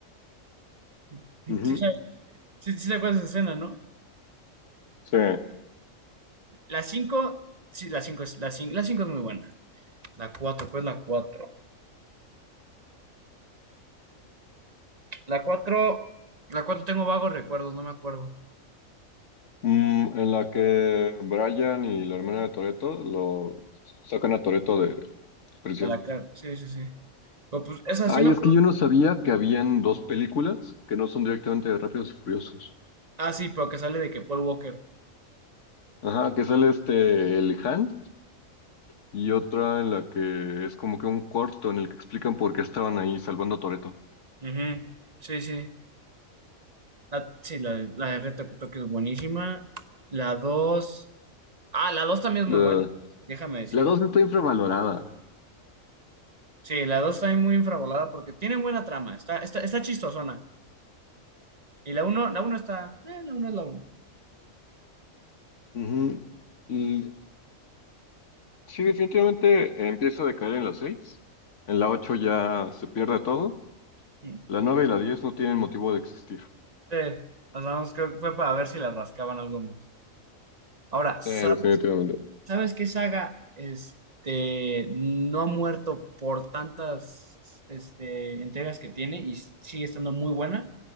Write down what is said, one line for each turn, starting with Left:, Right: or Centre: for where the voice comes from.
Right: <laughs> Sí,
Left: Ujú.
Right: sí, sí, sí te acuerdas de esa escena, ¿no?
Left: Sí.
Right: La 5 sí, la 5 es, la 5, la 5 es muy buena. La cuatro ¿cuál es la 4? la 4 la 4 tengo vagos recuerdos, no me acuerdo.
Left: Mm, en la que Brian y la hermana de Toretto lo sacan a Toretto de prisión.
Right: De la cara, sí, sí, sí. Pero pues esa
Left: Ay,
Right: sí me
Left: es
Right: acuerdo.
Left: que yo no sabía que habían dos películas que no son directamente de Rápidos y Furiosos.
Right: Ah, sí, pero que sale de que Paul Walker.
Left: Ajá, que sale este, el Han, y otra en la que es como que un corto en el que explican por qué estaban ahí salvando a Toretto.
Right: Ujú, Sí, sí. La, sí, la, la de Reto Tokio es buenísima. La 2 ah, la 2 también
Left: La,
Right: es muy buena, déjame decir.
Left: la dos está infravalorada.
Right: Sí, la 2 también muy infravolada porque tiene buena trama, está, está, está chistosona. Y la uno la uno está, eh, la uno es la uno
Left: Ujú. Y sí, definitivamente empieza a decaer en la seis. En la ocho ya se pierde todo.
Right: Mm.
Left: La nueve y la diez no tienen motivo de existir.
Right: Sí, o sea, vamos, creo que fue para ver si le rascaban algo más. Ahora,
Left: Sí,
Right: ¿sab-
Left: definitivamente.
Right: ¿sabes qué saga este, no ha muerto por tantas este, entregas que tiene y sigue estando muy buena,